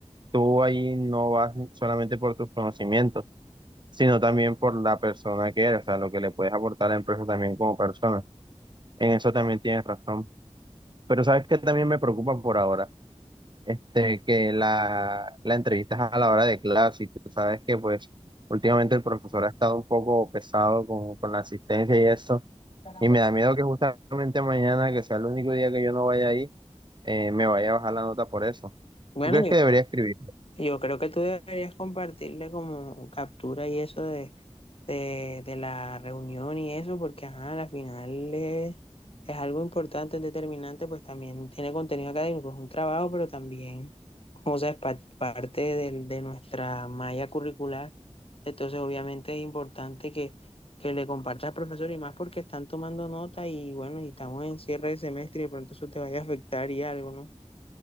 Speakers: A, on the right; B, on the left.
A: tú ahí no vas solamente por tus conocimientos, sino también por la persona que eres, o sea, lo que le puedes aportar a la empresa también como persona. En eso también tienes razón. Pero sabes que también me preocupa por ahora este, que la, la entrevistas a la hora de clase y tú sabes que pues últimamente el profesor ha estado un poco pesado con, con la asistencia y eso,
B: Para
A: y
B: vos.
A: me da miedo que justamente mañana, que sea el único día que yo no vaya ahí, eh, me vaya a bajar la nota por eso.
B: Bueno,
A: ¿Tú crees
B: yo,
A: que debería escribir?
B: yo creo que tú deberías compartirle como captura y eso de de, de la reunión y eso, porque ajá, al final es, es algo importante, es determinante, pues también tiene contenido académico, es un trabajo, pero también, o sea, es pa- parte del- de nuestra malla curricular. Entonces, obviamente es importante que, que le compartas al profesor y más porque están tomando nota y bueno, y estamos en cierre de semestre y de pronto eso te vaya a afectar y algo, ¿no?